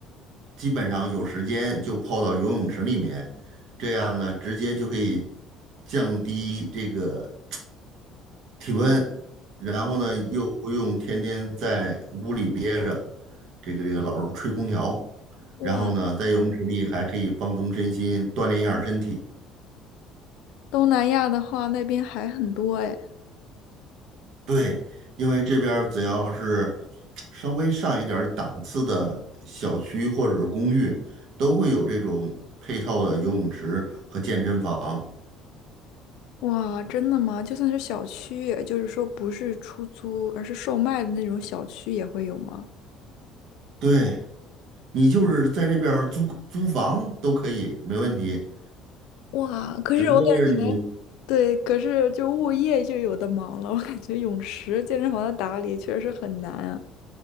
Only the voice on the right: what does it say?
基本上有时间就泡到游泳池里面，这样呢直接就可以降低这个体温，然后呢又不用天天在屋里憋着，这个这个老是吹空调，
然后呢在游泳池里还可以放松身心，锻炼一下身体。
对，因为这边儿只要是稍微上一点儿档次的小区或者是公寓，都会有这种配套的游泳池和健身房。
对，你就是在这边儿租租房都可以，没问题。
只不过是你